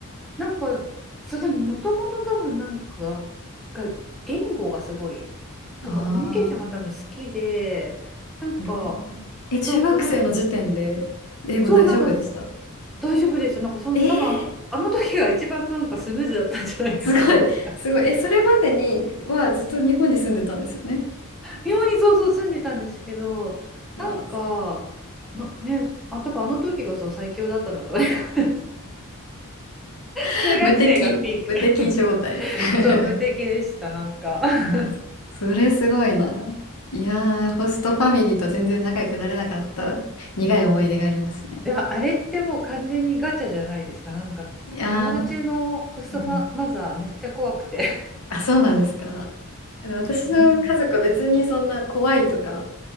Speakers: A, in the centre; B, on the left.
A: なんか、そう、でも、もともと多分なんか、が、言語がすごい、
B: あー、
A: とか、コミュニケーションが多分好きで、なんか、
B: なるほど。え、中学生の時点で英語大丈夫でした
A: そう、この、そう、なんか、大丈夫でした。なんかそん、
B: えー、
A: 多分あの、あの時が一番なんかスムーズだったんじゃないかと思うから。
B: すごい、すごい。え、それまでにはずっと日本に住んでたんですよね。
A: 妙にそうそう住んでたんですけど、
B: わあ、
A: なんか、なね、あ、多分あの時がそう最強だったんだと。<laughs> 中学生がピーク。
B: <laughs> 無敵、無敵状態。
A: <laughs>
B: <laughs>
A: そう、無敵でした、なんか。<laughs>
B: あそそれすごいな。いやー、ホストファミリーと全然仲良くなれなかった苦い思い出がありますね。
A: でもあれってもう完全にガチャじゃないですか。なんか友達のホストファマザーめっちゃ怖くて。
B: いやー、うんあ、そうなんですか。あの私の家族は別にそんな怖いとか、
A: うん。